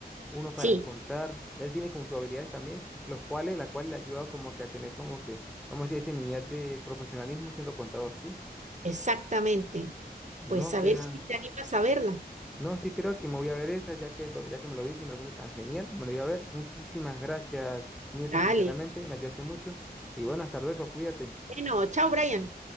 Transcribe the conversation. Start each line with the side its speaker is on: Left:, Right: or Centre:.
Centre: unos para
Right: sí,
Centre: contar. Él tiene como sus habilidades también, los cuales, la cual le ha ayudado como que a tener como que, vamos a decir, ese nivel de profesionalismo siendo contador, ¿sí?
Right: exactamente.
Centre: No,
Right: Pues a
Centre: será
Right: ver si te animas a verla.
Centre: No, sí creo que me voy a ver esa, ya que, lo, ya que me lo dice y me lo cuenta tan genial, me lo voy a ver. Muchísimas gracias, Mirza,
Right: Dale.
Centre: sinceramente, me ayudaste mucho. Y bueno, hasta luego, cuídate.
Right: Bueno, chao, Brian.